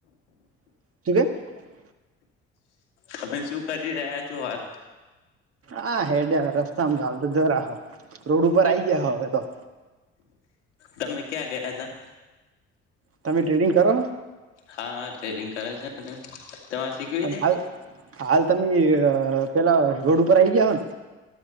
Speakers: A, on the right; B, on the left.
A: <inaudible>
B: તમે શું કરી રહ્યા છો હાલ
A: હ હેડ રસ્તા અમાલ <inaudible> રોડ ઉપર આઈ જયા હવે તો.
B: તમે ક્યાં ગયા હતા.
A: તમે ટ્રેડિંગ કરો
B: હા હા ટ્રેડિંગ કરે છે. <inaudible> શીખવી
A: અને
B: છે
A: હાલ હાલ તમે અ પેલા રોડ ઉપર આઈ ગયા હ